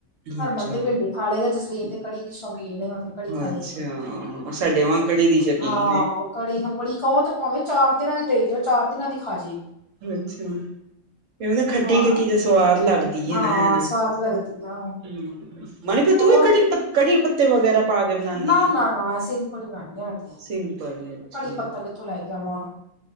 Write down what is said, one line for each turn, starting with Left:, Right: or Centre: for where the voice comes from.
Left: ਹਰਮਨ
Right: ਅੱਛਾ,
Left: ਤੇ ਭਿੰਡੀ ਥਾਲੇਗਾ। ਜਸਲੀਨ ਤੇ ਕੜੀ ਦੀ ਸ਼ੌਕੀਨ ਆ। ਕੜੀ ਖਏਗੀ।
Right: ਅੱਛਾ ਸਾਡੇ ਵਾਂਗ ਕੜੀ ਦੀ ਸ਼ੌਕੀਨ
Left: ਹਾਂ,
Right: ਏ।
Left: ਕੜੀ ਤ' ਬੜੀ ਖੋਕੇ ਭਾਵੇਂ ਚਾਰ ਦਿਨਾਂ ਦੀ ਦੇਈ ਜਾ। ਚਾਰ ਦਿਨਾਂ ਦੀ ਖਾ ਜਾਏਗੀ
Right: ਅੱਛਾ। ਕਿ ਨਾ ਖੱਟੀ
Left: ਹਾਂ
Right: ਖੱਟੀ ਦਾ ਸਵਾਦ ਲੱਗਦਾ। ਦਿਯੇ
Left: ਹਾਂ
Right: ਨੋਨ।
Left: ਸਵਾਦ ਲੱਗਦੀ ਆ ਉਹ
Right: ਹਮ, ਮਨੀ ਫ
Left: ਹੋਰ
Right: ਤੂੰ ਵੀ ਕੜੀ ਕੜੀ ਪੱਤੇ ਵਗੈਰਾ ਪਾ ਕੇ ਬਣਾਨੀ
Left: ਨਾ
Right: ਏ।
Left: ਨਾ ਨਾ, ਸਿੰਪਲ ਹੀ ਬਨਾਨੀ ਆ ਮੈਂ ਤੇ
Right: ਸਿੰਪਲ ਅੱਛਾ
Left: ਕੜੀ ਪੱਤਾ ਕਿੱਥੋਂ ਲੈ ਕੇ ਆਵਾਂ ਹੁਣ